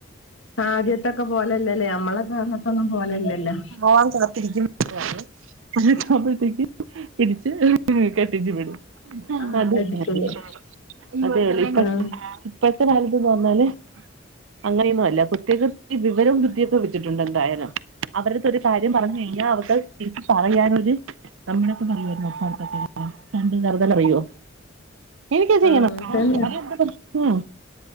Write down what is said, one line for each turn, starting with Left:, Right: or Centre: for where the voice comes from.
Left: ആദ്യത്തൊക്കെ പോലല്ലല്ലേ നമ്മളെ കാലത്തൊന്നും പോലല്ലല്ലോ.
Right: പോവാൻ കാത്തിരിക്കും <unintelligible> പ്പോഴത്തേക്ക് പിടിച്ച് കെട്ടിച്ചു വിടും
Left: ആഹ്
Right: അതന്ന
Left: കെട്ടിച്ചു
Right: അതി
Left: വിടും
Right: <unintelligible>
Left: ആഹ്
Right: ഇപ്പോഴത്തെ കാലത്ത്ന്ന് പറഞ്ഞാല് അങ്ങനെയൊന്നും അല്ല കുട്ടികൾക്ക് ഇത്തിരി വിവരവും ബുദ്ധി ഒക്കെ വരും ഇത് ഇട്ടോണ്ട് എന്തായാലും അവരുത്തെ ഒരു കാര്യം പറഞ്ഞു കഴിഞ്ഞാൽ അവർക്ക് അത് തീരിച്ച പറയാനൊരു നമ്മളൊക്കെ പറയുവായിരുന്നോ പണ്ട് അങ്ങനെ പണ്ട് തറുതല പറവോ എനിക്ക്‌ ഇത് ചെയ്യണം
Left: ആഹ് അങ്ങനെ
Right: അതാ
Left: തന്നെ
Right: ഇപ്പഴും- ഓ